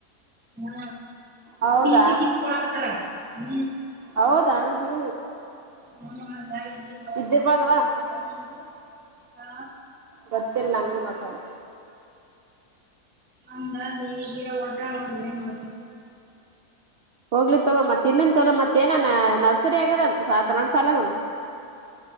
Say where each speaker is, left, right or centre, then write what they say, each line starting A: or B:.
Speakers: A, on the right; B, on the right.
A: ಹು
B: ಹೌದಾ
A: ಟಿ ಸಿ ಕಿತ್ ಕೊಡಾಕತ್ತಾರ ಹು.
B: ಹೌದಾ ಹು
A: ಹು ಹಂಗಾಗಿ ಮ್
B: ಇದ್ದಿರ್ಬೊದವಾ.
A: ಏನಂಡ್ಲೊ ಆ.
B: ಬರ್ತಿಲ್ಲಾ ನಂಗು ನಟ್ ಅದು.
A: ಹಂಗಾಗಿ ಈಗಿರ ಹೊಂಟಾಳ ನೋಡ್ರಿ ಏನ್ ಮಾಡೋದ
B: ಹೋಗ್ಲಿ ತಗೋ ಮತ್ ಇನ್ ಚಲೋ ಮತ್ತೆ ಏನನ್ನ ನರ್ಸರಿ ಆಗ್ಯದ ಅಂತ ಸಾ ಕನ್ನಡ ಸಾಲ್ಯಾಗುನು